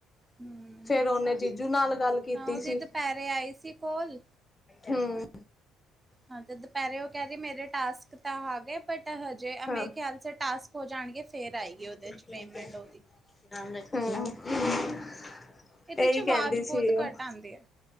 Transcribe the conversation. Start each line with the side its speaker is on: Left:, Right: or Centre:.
Right: ਹੂੰ
Left: ਫਿਰ ਓਹਨੇ ਜੀਜੂ ਨਾਲ ਗੱਲ ਕੀਤੀ
Right: ਹਾਂ ਉਹਦੀ
Left: ਸੀ।
Right: ਦੁਪਹਿਰੇ ਆਈ ਸੀ ਕੋਲ-
Left: ਹੂੰ।
Right: ਹਾਂ ਤੇ ਦੁਪਹਿਰੇ ਉਹ ਕਹਿ ਰਹੀ ਮੇਰੇ ਟਾਸਕ ਤਾਂ ਆ ਗਏ ਬਟ ਹਜੇ
Left: ਹਾਂ
Right: ਮੇਰੇ ਖਿਆਲ ਸੇ ਟਾਸਕ ਹੋ ਜਾਣਗੇ- ਫੇਰ
Left: <unintelligible>
Right: ਆਏਗੀ ਉਹਦੇ 'ਚ ਪੇਮੈਂਟ ਉਹਦੀ। ਇਹਦੇ
Left: ਇਹੀ
Right: ' ਆਵਾਜ਼
Left: ਕਹਿੰਦੀ
Right: ਬਹੁਤ
Left: ਸੀ ਉਹ
Right: ਘੱਟ ਆਦੀ ਐ।